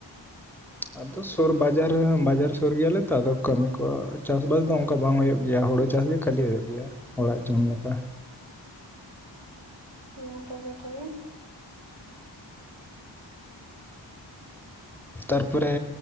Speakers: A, in the centre; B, on the right (about 70°).
A: ᱟᱫᱚ ᱥᱩᱨ ᱵᱟᱡᱟᱨ ᱨᱮ ᱦᱚᱸ ᱵᱟᱡᱟᱨ ᱥᱩᱨ ᱜᱮᱭᱟ ᱞᱮ ᱛᱚ ᱟᱫᱚ ᱠᱟᱹᱢᱤ ᱠᱚ ᱪᱟᱥ ᱵᱟᱥ ᱫᱚ ᱚᱱᱠᱟ ᱵᱟᱝ ᱦᱩᱭᱩᱜ ᱜᱮᱭᱟ᱾ ᱦᱩᱲᱩ ᱪᱟᱥ ᱜᱮ ᱠᱷᱟᱹᱞᱤ ᱦᱩᱭᱩᱜ ᱜᱮᱭᱟ ᱚᱲᱟᱜ ᱡᱚᱢ ᱞᱮᱠᱟ᱾
B: ᱦᱩᱸ ᱱᱟᱯᱟᱭ ᱠᱟᱛᱷᱟ ᱜᱮ᱾
A: ᱛᱟᱨ ᱯᱚᱨᱮ